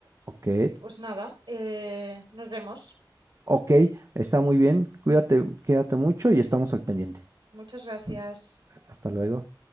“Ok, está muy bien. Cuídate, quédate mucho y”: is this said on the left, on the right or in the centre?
Right